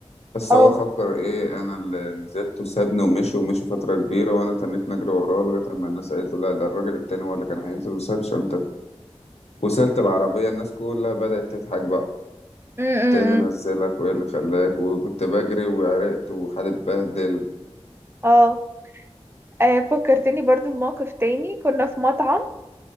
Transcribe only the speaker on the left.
بس
هو فكر ايه انا اللي نزلت وسابني ومشي ومشي فترة كبيرة وانا تنيت نجري وراه لغاية اما الناس قالت له لا ده الراجل التاني هو اللي كان هينزل وساب شنطته وصلت العربية الناس كلها بدأت تضحك بقى
انت ايه اللي نزلك وايه اللي خلاك وكنت بجري وعرقت وحالي اتبهدل